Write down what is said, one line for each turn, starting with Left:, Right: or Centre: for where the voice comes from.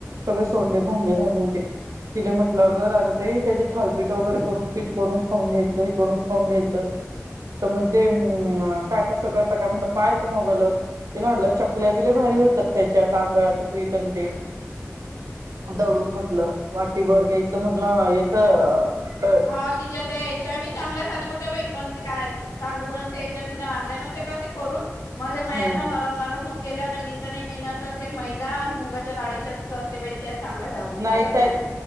Right: सगळे सोंडे भोंगे झाले होते तिले म्हटलं अग राधाताई त्याचे थालपीट वगैरे करून पीठ करून खाऊन घ्यायचं, हे करून खाऊन घ्यायचं. तर म्हणते उम्म अ काय कसं करता काय म्हणल पाहायचं मोबाईलवर. तिला म्हणलं चकल्या बी लई भारी होतात त्याच्या तांदळाचं पीठ आण ते. दळून म्हटलं वाटी भर घ्यायचं म्हटलं याच अ
Left: हा तिच्या त्या हेच्या बी चांगल्या झाल्या होत त्या बाई पण ते काय तांदुळ अन ते याच्या तिनं आणल्या नव्हते का ते करून. मले माय
Right: हम्म
Left: आता नरम नरम होऊन गेल्या होत्या मीन त नाही मीन तर ते मैदा अन मुंगाच्या दाळीच्याच कर ते बाई त्या चांगल्या जावून
Right: नाही
Left: जातात
Right: त्या
Left: बाय.